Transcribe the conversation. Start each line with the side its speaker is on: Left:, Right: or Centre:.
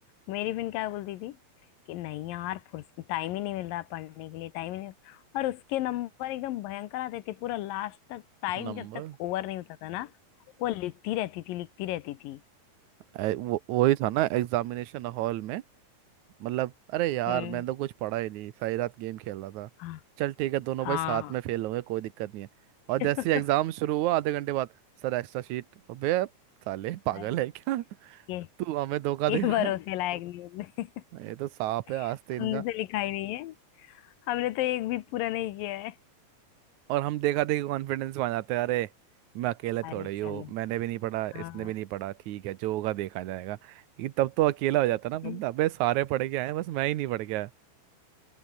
Left: मेरी फिर क्या बोलती थी कि नहीं यार टाइम ही नहीं मिल रहा पढ़ने के लिए टाइम ही नहीं और उसके नंबर एकदम भयंकर आते थे पूरा लास्ट तक टाइम
Right: नंबर
Left: जब तक ओवर नहीं होता था ना वो लिखती रहती थी लिखती रहती थी
Right: ऐ- वो वही था ना एग्जामिनेशन हॉल में मतलब अरे यार
Left: हम्म
Right: मैंने तो कुछ पढ़ा ही नहीं सारी रात गेम खेल रहा था
Left: हाँ
Right: चल ठीक है दोनों
Left: हाँ
Right: भाई साथ में फेल होंगे कोई दिक्कत नहीं है और
Left: <laughs>
Right: जैसे ही एग्जाम शुरू हुआ आधे घंटे बाद सर एक्स्ट्रा शीट अबे साले पागल
Left: भाई
Right: है क्या <laughs>
Left: ये
Right: तू हमें धोखा दे
Left: ये <laughs>
Right: रहा
Left: भरोसे लायक न्यूज नहीं
Right: है ये तो सांप है आस्ते
Left: <laughs> हमने
Right: इनका
Left: तो लिखा ही नहीं है हमने तो एक भी पूरा नहीं किया है
Right: और हम देखा देखी कॉन्फिडेंस में आ जाते हैं अरे मैं अकेले
Left: अरे
Right: थोड़े ही हूँ
Left: चलो
Right: मैंने भी नहीं पढ़ा
Left: हाँ
Right: इसने भी नहीं पढ़ा ठीक है जो होगा देखा जाएगा लेकिन तब तो अकेला हो जाता ना
Left: <laughs>
Right: बंदा अबे सारे पढ़ के आए हैं, बस मैं ही नहीं पढ़ के आया